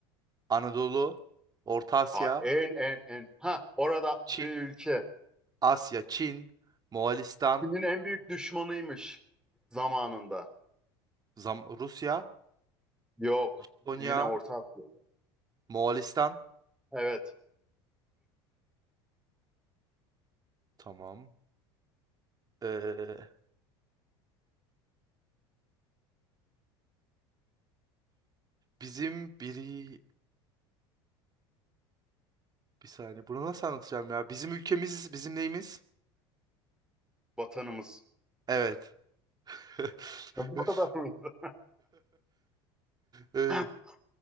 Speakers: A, on the right; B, in the centre.
A: Anadolu, Orta Asya,
B: Aa, en en en. Ha, orada
A: Çin,
B: bir ülke.
A: Asya, Çin, Moğolistan,
B: Çin'in en büyük düşmanıymış zamanında.
A: Zam Rusya,
B: Yok.
A: Japonya,
B: Yine Orta Asya'da.
A: Moğolistan.
B: Evet.
A: Tamam. Ee, bizim biri Bir saniye. Bunu nasıl anlatacağım ya? Bizim ülkemiz, bizim neyimiz?
B: Vatanımız.
A: Evet. <laughs>
B: Bu kadar mıydı?
A: Evet.
B: <laughs>